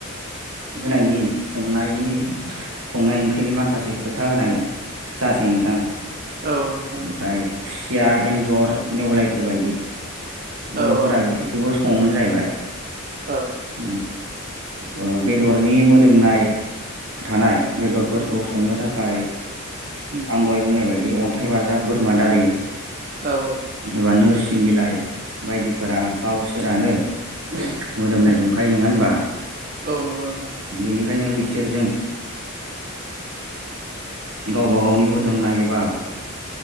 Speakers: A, on the right (about 65°); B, on the right (about 45°).
A: होनायनि। संनायनि संनाय ओंख्रिनि माखासे खोथा होनाय जासै नोंथां।
B: औ औ नोंथां
A: ओमफ्राय
B: औ।
A: खुसिया, एन्जर, नेवलायफोर बायदि बर'फोरा
B: औ औ
A: बेफोरखौबो संङोमोन जाहैबाय
B: औ
A: उम ओ बेदरनि मो दोमनाय थानाय बेदरफोरखौ संनो थाखाय
B: औ नोंथां
A: आं दहाय बुंनाय बाय दि बे अन्थाइ बाजाब बोरमा दारि
B: औ
A: एबा नोरसिं बिलाइ। बायदिफोरा गावसोरानो मोदोमनाय दंखायो नंङा ओनबा
B: औ नंगौ नोंथां।
A: बेनिखायनो बिसोरजों। गावबा गावनि मोदोमनाय एबा